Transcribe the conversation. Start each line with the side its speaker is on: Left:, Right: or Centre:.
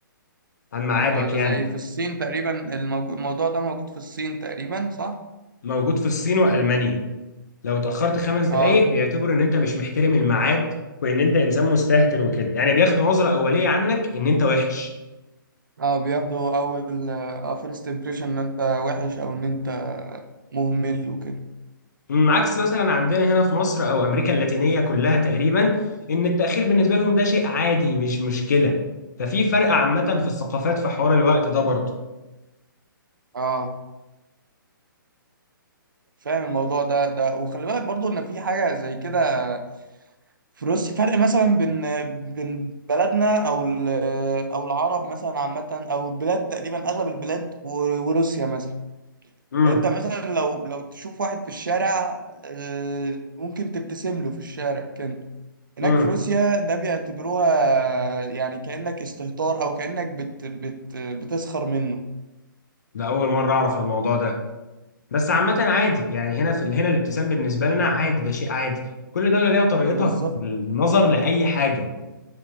Left: عن ميعادك
Right: اه ده
Left: يعني
Right: زي في الصين تقريبا الموجو- الموضوع ده موجود في الصين تقريبا صح
Left: موجود في الصين وألمانيا لو اتأخرت خمس دقايق
Right: اه
Left: بيعتبروا إن أنت مش محترم الميعاد وإن أنت إنسان مستهتر وكده يعني بياخدوا نظرة أولية عنك إن أنت وحش
Right: اه بياخدوا اول اه فيرست امبريشن ان انت وحش او ان انت مهمل وكده
Left: أمم، عكس مثلا عندنا هنا في مصر او امريكا اللاتينيه كلها تقريبا ان التاخير بالنسبه لهم ده شيء عادي مش مشكله ففي فرق عامه في الثقافات في حوار الوقت ده برضه
Right: اه فاهم الموضوع ده ده وخلي بالك برضو ان في حاجه زي كده في روسيا فرق مثلا بين بين بلدنا او ال- او العرب مثلا عامه او البلاد تقريبا اغلب البلاد و- وروسيا مثلا
Left: امم
Right: يعني انت مثلا لو لو تشوف واحد في الشارع آه، ممكن تبتسم له في الشارع كده هناك
Left: امم
Right: في روسيا ده بيعتبروها يعني كأنك استهتار او كأنك بت بت بتسخر منه
Left: ده اول مره اعرف الموضوع ده بس عامه عادي يعني هنا في هنا الابتسام بالنسبه لنا عادي ده شيء عادي كل دوله ليها طريقتها
Right: بالظبط
Left: في النظر لاي حاجه